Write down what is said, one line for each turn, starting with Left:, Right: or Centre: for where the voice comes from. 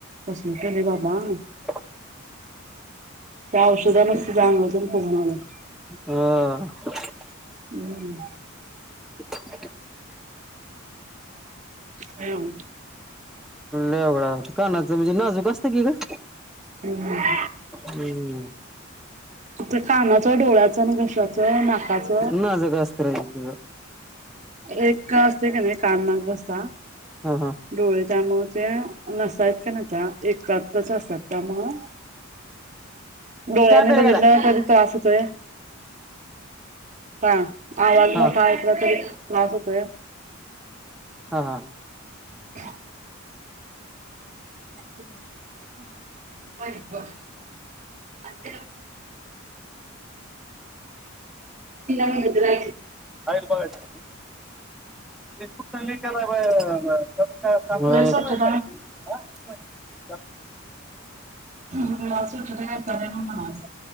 Right: बसून केली बाबा
Centre: <unintelligible>
Right: त्या औषध नसत जाांगतून पणाला
Centre: <unintelligible>
Right: हम्म.
Centre: <unintelligible>
Right: येव.
Centre: लवडा कानाचं म्हणजे नाजूक असतं की ग.
Right: हम्.
Centre: हम्म.
Right: आपल्या कानाच डोळ्याच आणि घशाच नाकाचं.
Centre: नाजूक असतं रे ते
Right: एक असते का नाही काना घसा.
Centre: हा हा
Right: डोळे त्यामुळे ते नसायत का नाही त्या एकत्रच असतात. मग डोळ्यांनी
Centre: चहा प्यायला
Right: बघितलं
Centre: गेलाय
Right: कध त्रास होतोय. हा आवाज
Centre: हा
Right: मोठा ऐकला तरी हो.
Centre: हा हा.
Right: ह. <unintelligible> <unintelligible> त म हजय.
Centre: बसु काला व्हय.
Right: लईच वाटतंय च म्ह <unintelligible>